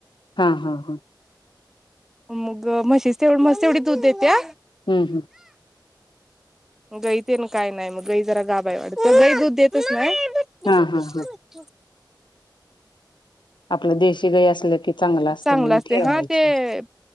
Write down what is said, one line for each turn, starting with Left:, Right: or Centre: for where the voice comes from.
Left: हा हा हा.
Centre: मग म्हशी तेवढ मस् तेवढी दूध देत्या.
Left: हम्म हम्म.
Centre: गई ते ना काय नाही मग गई जरा गाबा वाडत गई दूध देतच नाय. <unintelligible>
Left: हा हा हा आपलं देशी गाई असलं की. असते
Centre: चांगलं
Left: म्हणून
Centre: असत
Left: ठेवायचं
Centre: हा ते